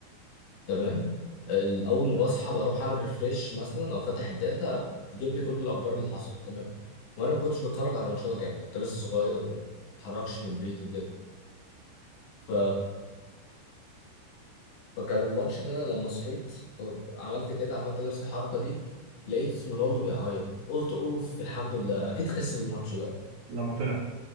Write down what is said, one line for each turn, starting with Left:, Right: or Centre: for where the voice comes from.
Left: تمام ال- اول ما
Right: نعم.
Left: بصحى بروح اعمل ريفريش مثلا او فاتح الداتا تجيب لي كل الاخبار اللي حصلت تمام وانا ما كنتش بتفرج على ماتشات يعني كنت لسه صغير وما اتحركش من البيت وكده ف... فكان الماتش ده لما صحيت عملت كده عملت نفس الحركه دي لقيت رونالدو بيعيط قلت اوف الحمد لله اكيد خسر الماتش بقى
Right: لما طلع